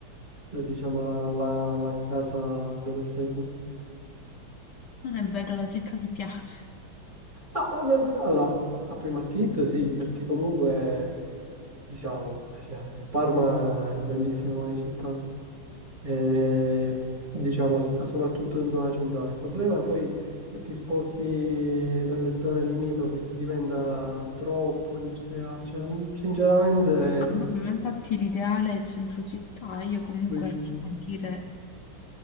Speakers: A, on the right; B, on the left.
A: eh, diciamo, la, la- la casa dove stai tu.
B: Non è vero, la città ti piace.
A: No, vabbè, allora, a prima acchitto sì, perché comunque. diciamo, cioè, Parma è bellissima come città, e, diciamo s- soprattutto in zona centrale. Il problema è poi se ti sposti dalle zone limitrofe che diventa troppo industriale, cioè, mm, sinceramente
B: Ah, vabbè, ma infatti l'ideale è centro città, io comunque
A: Luigi,
B: si può dire